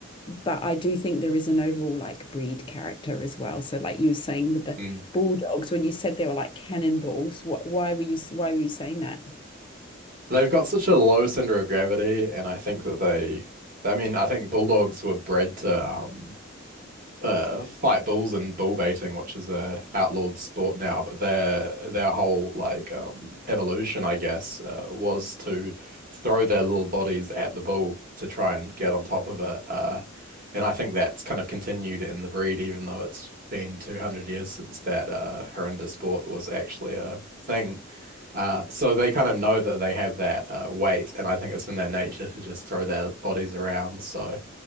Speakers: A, on the left; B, on the right.
A: but I do think there is an overall like breed character as well. So like you were saying with the
B: Hmm.
A: bulldogs, when you said they were like cannonballs, what why were you why were you saying that?
B: They've got such a low center of gravity, and I think that they, I mean, I think bulldogs were bred to um uh fight bulls and bull baiting, which is a outlawed sport now, but their their whole like um evolution, I guess, uh, was to throw their little bodies at the bull to try and get on top of it. Uh, and I think that's kind of continued in the breed, even though it's been 200 years since that uh horrendous sport was actually a thing. Uh, so they kind of know that they have that uh, weight, and I think it's in their nature to just throw their bodies around. So